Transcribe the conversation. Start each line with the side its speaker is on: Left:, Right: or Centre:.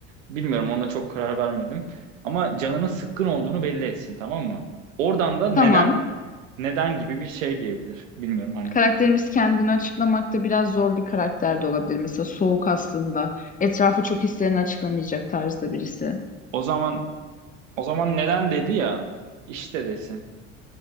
Right: Bilmiyorum ona çok karar vermedim. Ama canının sıkkın olduğunu belli etsin tamam mı? Oradan da neden
Left: Tamam.
Right: neden gibi bir şey diyebilir. Bilmiyorum hani.
Left: Karakterimiz kendini açıklamakta biraz zor bir karakter de olabilir. Mesela soğuk aslında. Etrafı çok hislerini açıklamayacak tarzda birisi.
Right: O zaman o zaman neden dedi ya işte desin.